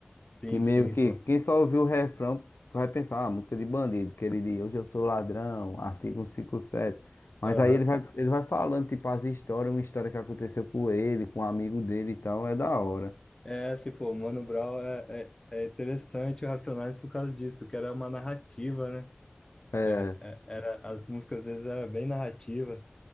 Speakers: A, on the left; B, on the left.
A: Sim,
B: Que meio
A: sim,
B: que
A: pô.
B: quem só ouviu o refrão vai pensar, ah, música de bandido, que ele diz, hoje eu sou ladrão, artigo cento e cinquenta e sete Mas
A: Aham.
B: aí ele vai, ele vai falando, tipo, as histórias, uma história que aconteceu com ele, com um amigo dele e tal, é da hora.
A: É, assim, pô, Mano Brown é, é, é interessante o Racionais por causa disso, que era uma narrativa, né?
B: É,
A: É, é, era, as músicas às vezes eram bem narrativa.